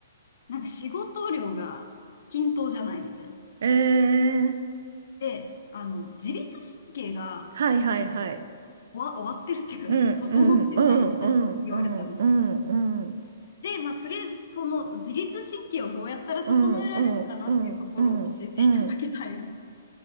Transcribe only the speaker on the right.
ええ
はいはいはい
うんうんうんうんうんうんうん
うんうんうんうんうん